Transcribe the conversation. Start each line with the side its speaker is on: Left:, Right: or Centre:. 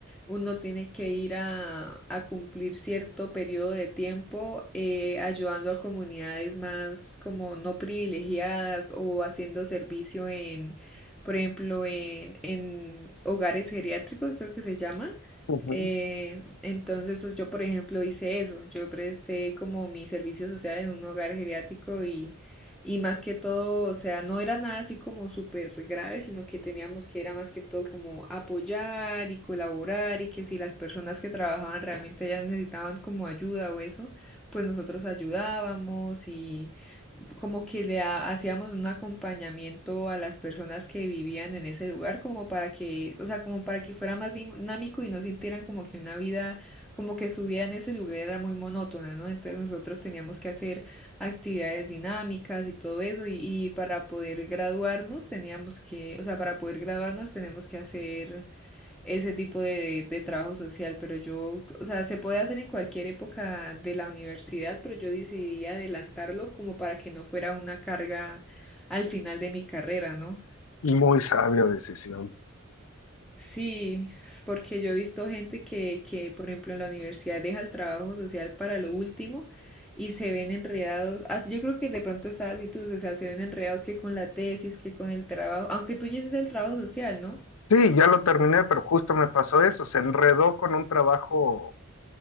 Centre: uno tiene que ir a, a cumplir cierto periodo de tiempo eh, ayudando a comunidades más como no privilegiadas o haciendo servicio en, por ejemplo, en, en hogares geriátricos, creo que se llama
Left: Ujú.
Centre: eh, entonces pues, yo, por ejemplo, hice eso. Yo presté como mi servicio social en un hogar geriátrico y, y más que todo, o sea, no era nada así como súper grave, sino que teníamos que era más que todo como apoyar y colaborar y que si las personas que trabajaban realmente ya necesitaban como ayuda o eso, pues nosotros ayudábamos y como que le ha- hacíamos un acompañamiento a las personas que vivían en ese lugar, como para que, o sea, como para que fuera más dinámico y no sintieran como que una vida, como que su vida en ese lugar era muy monótona, ¿no? Entonces nosotros teníamos que hacer actividades dinámicas y todo eso, y, y para poder graduarnos teníamos que, o sea, para poder graduarnos tenemos que hacer ese tipo de, de trabajo social, pero yo, o sea, se puede hacer en cualquier época de la universidad, pero yo decidí adelantarlo como para que no fuera una carga al final de mi carrera, ¿no?
Left: Muy sabia decisión.
Centre: Sí, porque yo he visto gente que, que, por ejemplo, en la universidad deja el trabajo social para lo último y se ven enredados. as- Yo creo que de pronto esa actitud, o sea, se ven enredados que con la tesis, que con el trabajo, aunque tú ya hiciste el trabajo social, ¿no?
Left: Sí, ya lo terminé, pero justo me pasó eso. Se enredó con un trabajo